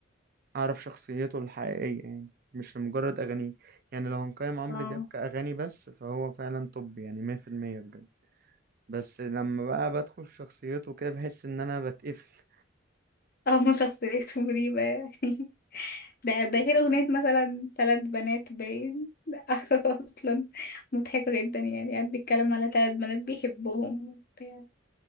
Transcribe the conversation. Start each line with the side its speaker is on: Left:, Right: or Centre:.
Right: اعرف شخصيته الحقيقيه يعني مش لمجرد اغانيه يعني لو هنقيم عمرو
Left: اه
Right: دياب كاغاني بس فهو فعلا توب يعني 100% بجد بس لما بقى بدخل في شخصيته كده بحس ان انا بتقفل
Left: <laughs> اه ما شخصيته مريبة يعني ده ده غير أغنية مثلا ثلاث بنات باين <laughs> أصلا مضحكة جدا يعني قد بيتكلم على ثلاث بنات بيحبهم وبتاع